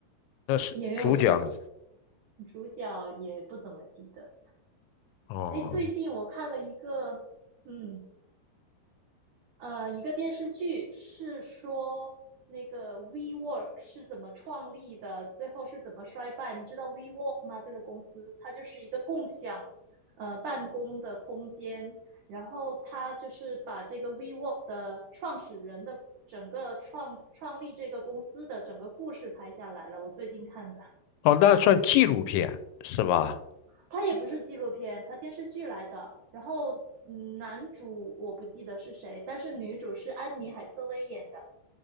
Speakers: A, on the left; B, on the right.
A: 那是主角呢？
B: 演员，我就主角也不怎么记得。
A: 哦
B: 哎，最近我看了一个，嗯，呃，一个电视剧是说那个 WeWork 是怎么创立的，最后是怎么衰败？你知道 WeWork 吗？这个公司它就是一个共享呃办公的空间，然后它就是把这个 WeWork 的创始人的整个创创立这个公司的整个故事拍下来了。我最近看的，
A: 哦，那算纪录片是吧？
B: 它也不是纪录片，它电视剧来的。然后嗯，男主我不记得是谁，但是女主是安妮海瑟薇演的。